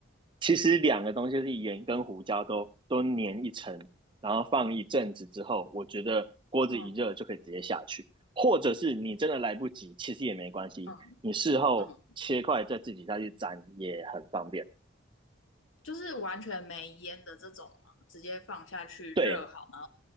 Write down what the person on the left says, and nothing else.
嗯
嗯
嗯，就是完全没腌的这种嘛，直接放下去热好吗？